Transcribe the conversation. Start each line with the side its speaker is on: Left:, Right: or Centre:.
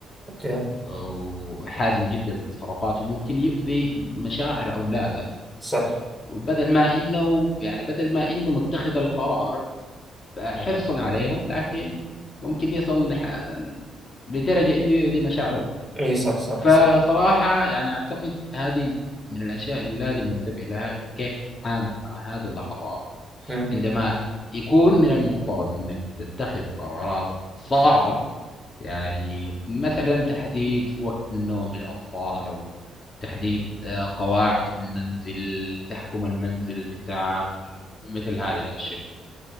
Centre: اوكي
Left: وحازم جدا في تصرفاته ممكن يؤذي مشاعر اولاده
Centre: صح
Left: بدل ما انه يعني بدل ما انه متخذ القرار حرصا عليهم لكن ممكن يصل لح... لدرجه انه يؤذي مشاعرهم
Centre: ايه صح صح
Left: فصراحة
Centre: صح
Left: يعني أعتقد هذه من الأشياء اللي لازم ننتبه لها إنه كيف نتعامل مع هذه اللحظات
Centre: ها.
Left: عندما يكون من المفترض إنك تتخذ قرارات صعبة يعني مثلا تحديد وقت النوم للأطفال أو تحديد آه، قواعد في المنزل تحكم المنزل في التعامل مثل هذه الأشياء